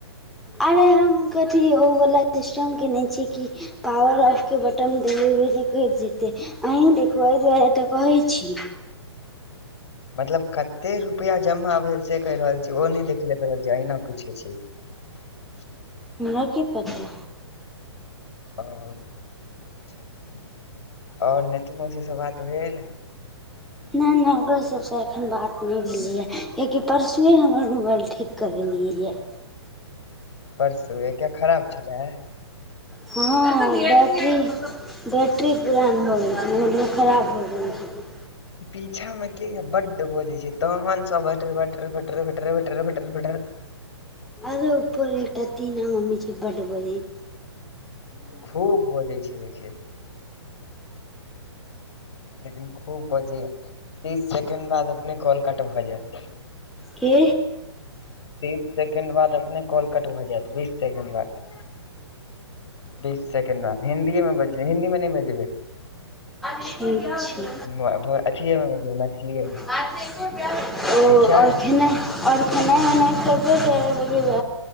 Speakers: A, in the centre; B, on the left (about 65°).
A: अरे हम कथी ओवला सिस्टम कने छी कि पॉवर ऑफ के बटन दबैबे कऽ केह देते अहीं देखू आहे दुआरे तऽ कहै छी
B: मतलब कते रुपआ जमा भेल से कहि रहल छी ओ नहि देख ले रहल छी अहिना पूछे छी <unintelligible>
A: हमरा की पता
B: ओ आओर नीतू मौसी सऽ बात भेल
A: नहि नहि ओकरो सबसँ एखन बात नहि भेलैए किएकि परसुए हमर मोबाइल ठीक करेलिय यऽ
B: परसू एक किया खराब छलै
A: हँ बैटरी बैट्ररी पुरान भऽ गेल छलै हमर मन खराब भऽ गेल छलै
B: पीछा में के बड्ड बजै छै तोहन सब बट बटर फटर फटर फटर फटर फटर
A: आरो ऊपर एकटा टीना मम्मी छै बड ब
B: खूब बजै छै लेकिन लेकिन खूब बजे तीस सेकेंड बाद अपने कॉल कट भऽ जायत
A: के
B: तीस सेकेंड बाद अपने कॉल कट भऽ जायत बीस सेकेंड बाद बीस सेकेंड बाद हिन्दीए मे बज हिन्दी मे नहि बजेबै
A: ठिक छै
B: बजेबै अथिए मे बजेबै मैथिलीए मे
A: <unintelligible> ओ
B: ठीक छै
A: आओर खनाय आओर खेनाइ ओनाइ सुबह बजे